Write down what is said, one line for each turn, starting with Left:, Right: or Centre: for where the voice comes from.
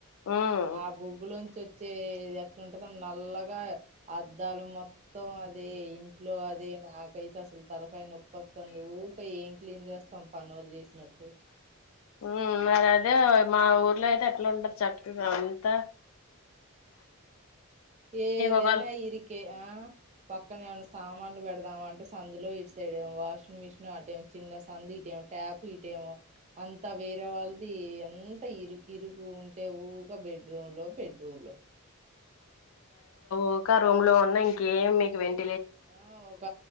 Left: ఉమ్
Right: ఆ బోగ్గులో నుంచి వచ్చేది ఎట్లాంటదో నల్లగా అద్దాలు మొత్తం అదే ఇంట్లో అది నాకైతే అసలు తలకాయ నొప్పొస్తుంది ఊకా ఏం క్లీన్ చేస్తాం పనుళ్లుు చేసినట్టు
Left: ఉమ్ మరి అదే మా ఊర్లో అయితే ఎట్లా ఉంటది చక్కగా అంత
Right: ఏదైనా
Left: ఒక
Right: ఇరికే ఆ పక్కనే ఏమైనా సామాన్లు పెడదామ అంటే సందులో ఇటు సైడ్ వాషింగ్ మిషన్ ఆటే చిన్న సందు ఇటేము ట్యాప్ ఇటే అంత వే వేర వాళ్ళది ఎంత ఇరుకి ఇరుగు ఉంటే ఊగా బెడ్రూమ్ లో బెడ్రూమ్ లో
Left: ఊకా రూమ్ లో ఉన్న ఇంకేం మీకు వెంటి
Right: ఆ ఒక